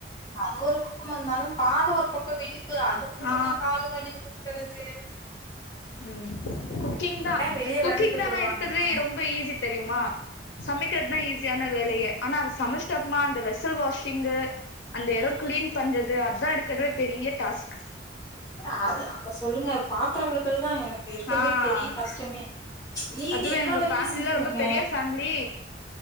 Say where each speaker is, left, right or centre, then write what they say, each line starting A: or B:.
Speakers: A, on the left (about 20°); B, on the left (about 85°).
A: அது ஒரு பக்கம் இருந்தாலும் பாதம் ஒரு பக்கம் வெடிப்பு அது ஒரு
B: ஆ
A: பக்கம் கால் வலிய குடுக்கிறது
B: ம்ம் குக்கிங் தா
A: வெளிய
B: குக்கிங
A: வேலைக்கு போயிட்டு
B: தான்
A: வருவாங்கங்க
B: இருக்குறதிலயே ரொம்ப ஈஸி தெரியுமா சமைக்கிறதுதான் ஈஸியான வேலையே ஆனா அதை சமைச்சிட்டப்பமா அந்த வெசல் வாஷிங்கு அந்த இடம் கிளீன் பண்றது அதுதான் இருக்கரதலே பெரிய டாஸ்க்
A: அ அத சொல்லுங்க பாத்திரம் விளக்குறது தான் எனக்கு இருக்கரதலே
B: ஆ
A: பெரிய கஷ்டமே மீதி
B: அதுவே
A: எல்லா
B: எங்க
A: வேலையுமே
B: ஃபேமிலி
A: செஞ்சுருவங்க
B: எல்லா ரொம்ப பெரிய ஃபேமிலி